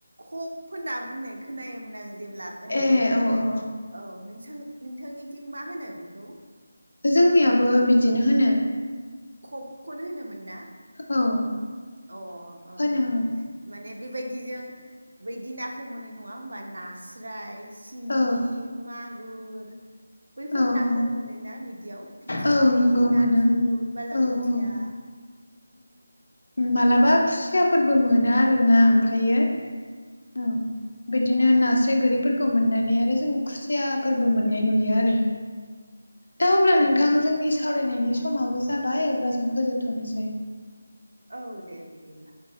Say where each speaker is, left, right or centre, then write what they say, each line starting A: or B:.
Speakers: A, on the right; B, on the left.
A: खप होनना बुंनाय खोनायोमोन आं जेबो अब्ला उन्दैमोन
B: ए औ औ
A: औ नोंथां नोंथांनिथिं मा होनो बेखौ
B: जोंनियाबो बिदिनो होनो
A: खबखौनो होनोमोन ना
B: औ
A: अ औ
B: होनो
A: माने बेबायदिजों बैदि नाखौ मोनो नङा होमबा नास्राय सिंगि
B: औ
A: मागुर बैफोर
B: औ
A: नाखौ
B: औ
A: मोनोना बिदियाव फिथिख्रि
B: औ नंगौ
A: नाथुर
B: मोनो ओं
A: बालाबोथिया
B: औ औ मालाबा खुसियाफोरबो मोनो आरोना ओमफ्रायो औ बिदिनो नास्राय गोरिफोरखौ मोननानै आरो जों खुसियाफोरबो मोननाय नुयो आरो दा अब्ला नोंथां
A: औ
B: जोंनि सावरायनायनि समाबो जाबाय अब्ला जों फोजोबथ'नोसै
A: औ दे बिदिब्ला